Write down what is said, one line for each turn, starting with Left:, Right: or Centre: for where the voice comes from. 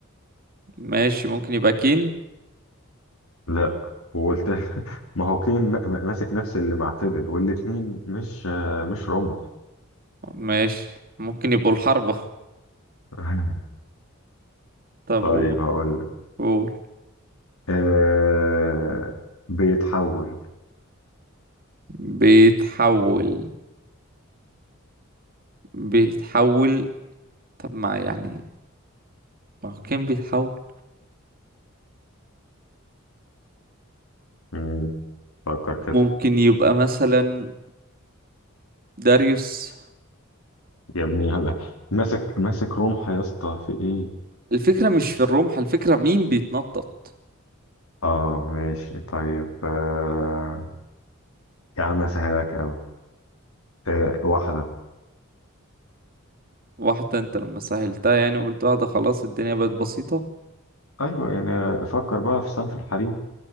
Right: ماشي ممكن يبقى كين
Left: لا وقلت <laughs> ما هو كين م- ماسك نفس اللي مع فيدل والاتنين مش آه، مش رمح
Right: ماشي ممكن يبقوا الحربة
Left: <laughs>
Right: طب
Left: طيب
Right: قول
Left: هقول لك
Right: قول
Left: آه بيتحول
Right: بيتحول بيتحول طب ما يعني ما هو كين بيتحول
Left: مم، فكر كده
Right: ممكن يبقى مثلا داريوس
Left: يا ابني هبقى. <laughs> ماسك ماسك رمح يا اسطى في ايه
Right: الفكرة مش في الرمح الفكرة مين بيتنطط
Left: اه ماشي طيب آه يا عم اسهلك قوي آه واحده
Right: واحدة انت لما سهلتها يعني وقلت واحدة خلاص الدنيا بقت بسيطة
Left: ايوه يعني فكر بقى في صنف الحريم